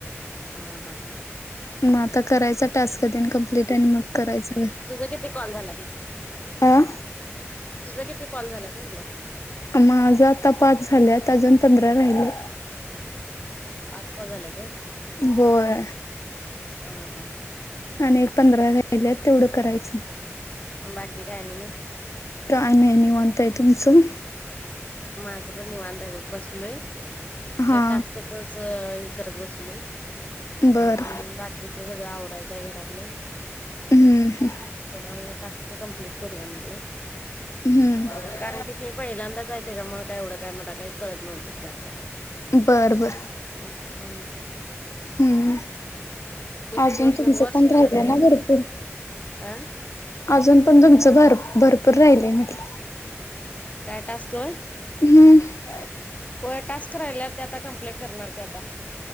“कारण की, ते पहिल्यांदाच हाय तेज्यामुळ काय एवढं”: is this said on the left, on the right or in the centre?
Left